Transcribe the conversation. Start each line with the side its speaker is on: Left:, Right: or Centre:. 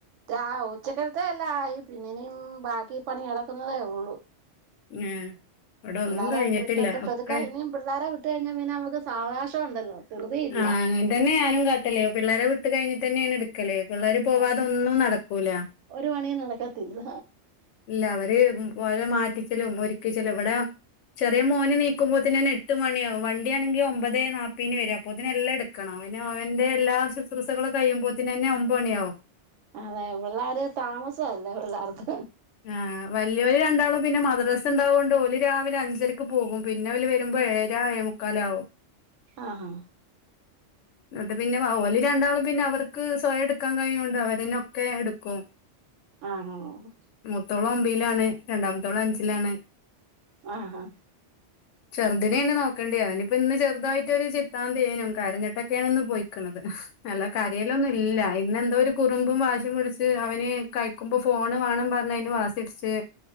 Right: രാ ഉച്ചക്കരത്തേ എല്ലാം ആയി പിന്നിനെയും ബാക്കി പണികളൊക്കുന്നതേ ഉള്ളു
Left: ഏഹ് ഇവിടെ ഒന്നും
Right: പിള്ളേരെ
Left: കഴിഞ്ഞിട്ടില്ല
Right: ഇട്ടട്ട്പ്പതുക്കഴ്‌ഞ്ഞി
Left: ഒക്കെ
Right: പിള്ളാരെ വിട്ട് കഴിഞ്ഞാൽ പിന്നെ നമുക്ക് സാവകാശം ഉണ്ടല്ലോ ധൃതിയില്ല
Left: ആഹ് അങ്ങൻ തന്നെ ഞാനും കാട്ടല് പിള്ളേരെ വിട്ട് കഴ്‌ഞ്ഞ്ട്ടെന്നേണ് ഇട് ക്കല്ലേ പിള്ളേര് പോവാതൊന്നും
Right: ആഹ്
Left: നടക്കൂല
Right: ഒരു പണിയും നടക്കത്തില്ല
Left: ഇല്ല അവര് ഓലെ മാറ്റിച്ചലും ഒരുക്കിച്ചലും ഇവടെ ചെറിയ മോന് നീക്കുമ്പോത്തിനെന്നെ എട്ട് മണിയാവും വണ്ടിയാണെങ്കി ഒമ്പതേ നാപ്പീന് വരും അപ്പോത്തിനെല്ലാം എടുക്കണം പിന്നെ അവന്റെ എല്ലാ ശുശ്രൂഷകളും കയ്യുമ്പോത്തിനെന്നെ ഒമ്പണിയാവും
Right: അതെ പിള്ളേർ താമസല്ലേ പിള്ളാർക്ക്
Left: ആഹ് വല്യോല് രണ്ടാളും പിന്നെ മദ്രസ്ണ്ടാവോണ്ട് ഓല് രാവിലെ അഞ്ചരക്ക് പോകും പിന്നെ ഓൽ വരുമ്പോ ഏഴരാ എഴേ മുക്കാലാവും
Right: ആഹാ
Left: ന്നട്ട് പിന്നെ ഓല് രണ്ടാളും പിന്നെ അവർക്ക് സ്വയംടുക്കാൻ കഴിയ്ണോണ്ട് അവരന്നെ ഒക്കെ എടുക്കും <unintelligible>
Right: ആഹാ ആഹ്
Left: മൂത്തോളൊമ്പീലാണ് രണ്ടാമത്തോളഞ്ചിലാണ്
Right: ആഹ് ഹാ
Left: ചെറുതിനേന്നെ നോക്കണ്ടേ അവനിപ്പന്ന് ചെറുതായ്ട്ടൊര് ചിത്താന്ത്യേനും കരഞ്ഞി ക്കേണ്ന്ന് പൊയ്ക്ക്‌ണത് നല്ല കരയലൊന്നുല്ല ഇന്നെന്തോരു കുറുമ്പും വാശിയും പിടിച്ച് അവന് കഴിക്കുമ്പോ ഫോണ് വാണം പർഞ്ഞയ്ന് വാശിട്ച്ച്